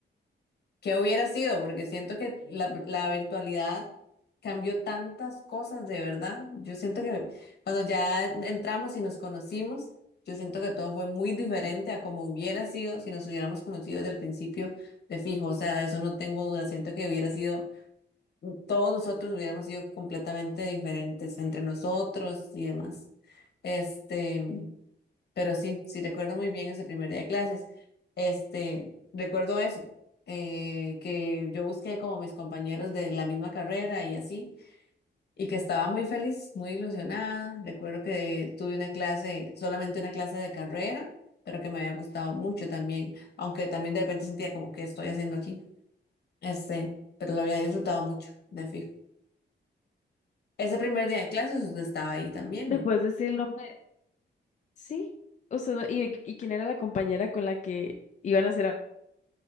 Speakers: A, on the left; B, on the left.
A: ¿Qué hubiera sido? Porque siento que la, la virtualidad cambió tantas cosas, de verdad. Yo siento que cuando ya entramos y nos conocimos, yo siento que todo fue muy diferente a como hubiera sido si nos hubiéramos conocido desde el principio de fijo. O sea, de eso no tengo duda. Siento que hubiera sido, todos nosotros hubiéramos sido completamente diferentes entre nosotros y demás. Este, pero sí, sí recuerdo muy bien ese primer día de clases. Este, recuerdo eso. eh, que yo busqué como mis compañeros de la misma carrera y así, y que estaba muy feliz, muy ilusionada. Recuerdo que tuve una clase, solamente una clase de carrera, pero que me había gustado mucho también, aunque también de repente sentía como que estoy haciendo aquí. Este, pero lo había disfrutado mucho, de fijo. Ese primer día de clases usted estaba ahí también,
B: ¿Me
A: ¿no?
B: puedes decir el nombre? Sí. O sea, ¿y, y quién era la compañera con la que iban a hacer?